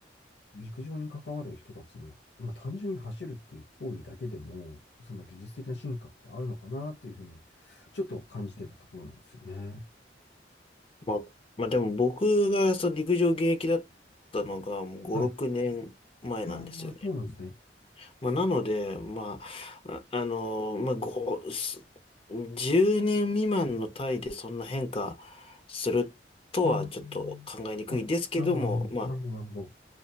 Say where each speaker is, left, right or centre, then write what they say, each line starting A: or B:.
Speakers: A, on the left; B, on the left.
A: う、陸上に関わる人たちの、まあ、単純に走るっていう行為だけでも、その技術的な進化ってあるのかなっていうふうに、ちょっと感じてたところなんですよね。
B: まあ、まあでも僕がその陸上現役だったのがもう5、
A: はい。
B: 6年前なんですよね。
A: ああ、そうなんですね。
B: まあ、なので、まあ、あ、あのーまあ、ご、す10年未満の単位でそんな変化するとはちょっと考えにくいですけども、
A: あーあ、なるほど、
B: ま
A: なるほど、なるほど。